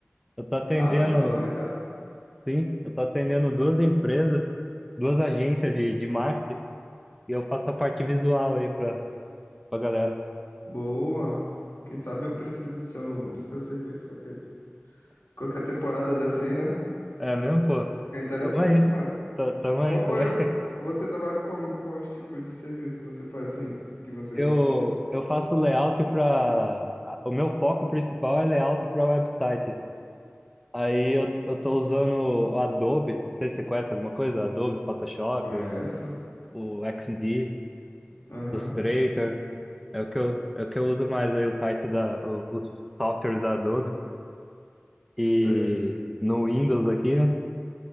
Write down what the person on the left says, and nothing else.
Ah, você trabalha em casa?
Boa. Quem sabe eu preciso do seu, do seu serviço qualquer, qualquer temporada dessa aí, né?
Fica interessante,
mas.
Qual
foi
o... Você trabalha com quais tipos de serviço que você faz assim, que você
gosta?
Conheço.
Aham.
Sei.